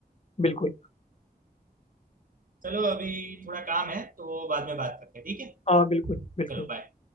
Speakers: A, on the left (about 40°); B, on the right (about 55°).
A: बिल्कुल
B: चलो अभी थोड़ा काम है तो बाद में बात करते हैं ठीक है
A: हाँ बिल्कुल बिल्कुल
B: चलो बाय